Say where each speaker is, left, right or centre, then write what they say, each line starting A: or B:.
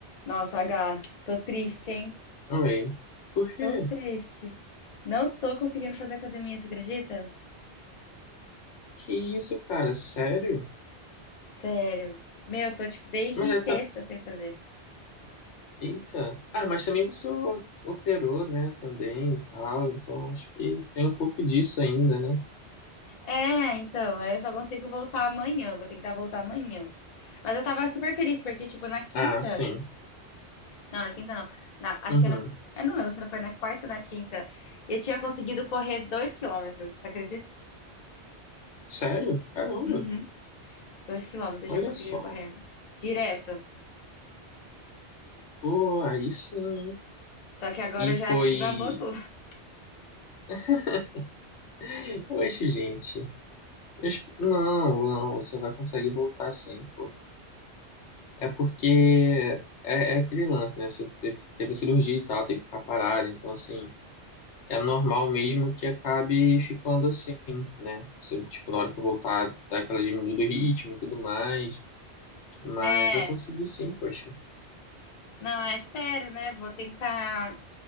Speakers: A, on the left; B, on the left.
A: Nossa, H, tô triste, hein?
B: Ai, por quê?
A: Tô triste. Não tô conseguindo fazer academia, você acredita?
B: Que isso, cara? Sério?
A: Sério. Meu, tô tipo desde
B: Mas é
A: sexta
B: ta-
A: sem fazer.
B: Eita. Ah, mas também você o- operou, né? Também e tal. Então acho que tem um pouco disso ainda, né?
A: É, então, aí eu só consigo voltar amanhã, eu vou tentar voltar amanhã. Mas eu tava super feliz porque tipo na quinta,
B: Ah, sim.
A: não, na quinta não. Na- acho
B: Uhum.
A: que era, eu não lembro se não foi na quarta ou na quinta. Eu tinha conseguido correr dois quilômetros, você acredita?
B: Sério? Caramba.
A: Uhum, dois quilômetros
B: Olha
A: eu tinha conseguido
B: só.
A: correr direto.
B: Pô, aí sim. hein?
A: Só que agora
B: E
A: eu já
B: foi.
A: acho que babou tudo. <laughs>
B: <laughs> Oxe, gente. Mas Não, não, você vai conseguir voltar sim, pô. É porque é, é aquele lance, né? Você teve, teve cirurgia e tal, tem que ficar parado. Então, assim, é normal mesmo que acabe ficando assim, né? Se eu, tipo, na hora que eu voltar, tá aquela diminuída do ritmo e tudo mais. Mas
A: É.
B: vai conseguir sim, poxa.
A: Não, eu espero, né? Vou tentar.